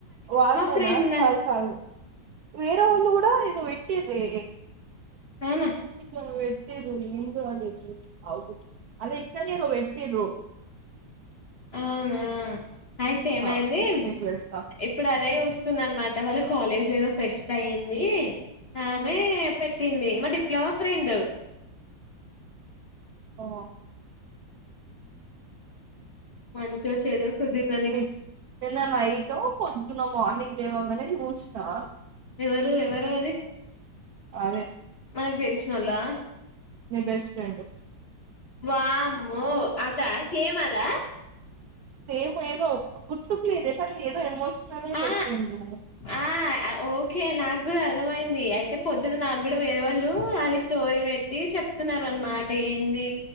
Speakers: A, on the right (about 75°); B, on the left (about 45°).
A: వాళ్ళేనా
B: ఫ్రెండ్
A: ఫైవ్
B: అన్
A: ఫైవ్ వేరే వాళ్ళ కూడా ఏదో వెట్టిీర్రే
B: అవునా
A: అట్ట వెట్టిర్రు నేను కూడా అదే చూచ్నా అదే వెన్కాలా ఏదో వెట్టిర్రు.
B: అవునా అయితే ఏమైంది
A: ఆగు చూసి నీకు పెడతా
B: ఇప్పుడు అదే వస్తుంద అనమాట వాళ్ళ క్ కాలేజ్ లో ఏదో ఫెస్ట్ అయ్యింది. ఆమె పెట్టింది మా డిప్లొమా ఫ్రెండ్.
A: ఆ
B: మంచో చెడో కుదిరినన్ని
A: నిన్న నైట్ పొద్దున మార్నింగ్ లేవంగనే చూస్నవా.
B: ఎవరు ఎవరు అది
A: అదే
B: మనకు తెలిసినోళ్ళ.
A: మీ బెస్ట్ ఫ్రెండ్
B: వామ్మో అదా సేమ్ అదా
A: సేమ్ ఏదో గుర్తుకు లేదే సారి ఏదో ఎమోషన్ నే
B: ఆ
A: పెట్టిండు
B: ఆ ఓకే నాకు కూడా అర్థమైంది అయితే పొద్దున నాకు కూడా వేరే వాళ్ళు అది స్టోరీ పెట్టి చెప్తున్నారు అనమాట ఇ